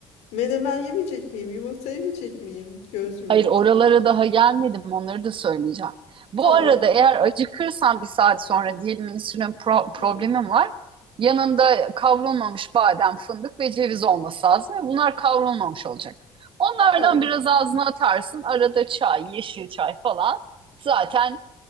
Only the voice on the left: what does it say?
Menemen yemeyecek miyim? Yumurta yemeyecek miyim? Göz yumurta.
Tamam.
Hı hı.
Tamam.